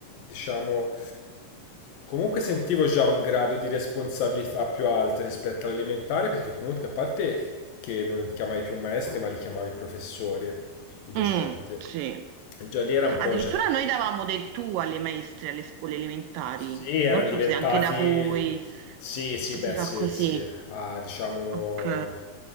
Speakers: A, on the left; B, on the right.
A: diciamo, comunque sentivo già un grado di responsabilità più alto rispetto all'elementare, perché comunque a parte che non chiamavi più maestri, ma li chiamavi professori, i docenti.
B: mm, sì.
A: E Già lì era un po'
B: Addirittura
A: già...
B: noi davamo del tu alle maestre alle scuole elementari,
A: Sì, erano
B: non so
A: diventati...
B: se anche da voi
A: Sì, sì, beh,
B: si fa
A: sì,
B: così.
A: sì. Ah, diciamo...
B: Ok,